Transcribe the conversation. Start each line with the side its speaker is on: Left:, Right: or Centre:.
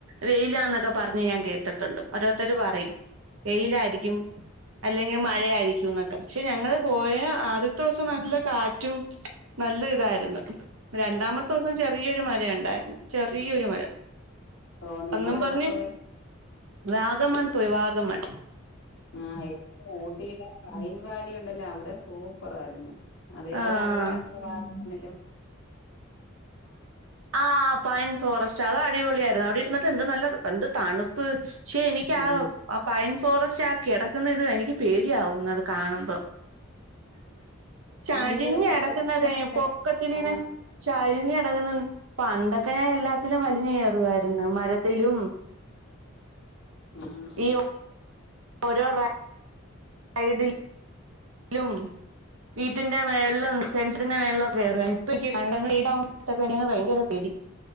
Right: വെയിലാന്നൊക്കെ പറഞ്ഞ് ഞാൻ കേട്ടിട്ടൊണ്ട്. ഓരോരുത്തര് പറയും. വെയിലാരിക്കും അല് ല്ലെങ്കിൽ മഴയായിരിക്കുംന്നൊക്കെ. പക്ഷെ ഞങ്ങള് പോയ ആദ്യത്തെ ദെവസം നല്ല കാറ്റും നല്ല ഇതാരുന്നു. രണ്ടാമത്തെ ദിവസം ചെറിയൊരു മഴ ഒണ്ടാരുന്നു. ചെറിയൊരു മഴ.
Left: ഓ നിങ്ങളെവിടെ
Right: അന്നും പറഞ്ഞ്
Left: പോയാ
Right: വാഗമൺ പോയി. വാ ഗമൺ
Left: ആഹ് എനിക്ക് ഊട്ടില് പൈൻവാലി ഉണ്ടല്ലോ? അവിടെ സൂപ്പറായിരുന്നു. അതേപോലെ
Right: ആഹ്
Left: അവിടേം ഉണ്ടല്ലോ വാഗമൺ <unintelligible>
Right: ആ പൈൻ ഫോറസ്റ്റ് അത അടിപൊളിയായിരുന്നു. അവിടെ ഇരുന്നിട്ട് എന്ത് നല്ല എന്ത് തണുപ്പ് പക്ഷെ എനിക്ക്
Left: ഉം
Right: ആ പൈൻ ഫോറസ്റ്റ് ആക്കി എട ന്നിത് എനിക്ക് പേടിയാവും. ക്കുന്നത് കാണുമ്പോ.
Left: ഭയങ്കര
Right: ചരിഞ്ഞു
Left: പൊക്കത്തിലാണ്
Right: കിടക്കുന്നതേ
Left: നിക്കണത്
Right: പൊക്കത്തിലിങ്ങനെ
Left: ആഹ്
Right: ചരിഞ്ഞു കെടക്കുന്നു. പണ്ടൊക്കെ ഞാൻ എല്ലാത്തിലും വലിഞ്ഞുകയറുമാരുന്നു. മരത്തിലും
Left: ആഹ്
Right: ഈ ഓരോ റൈ സൈഡിൽ ലും വീട്ടിന്റെ മേൾളും സെൻസിഡിന്റെ മേൾലോട്ട് കേറാ ഇപ്പക്കി <unintelligible> ഭയങ്കര പേടി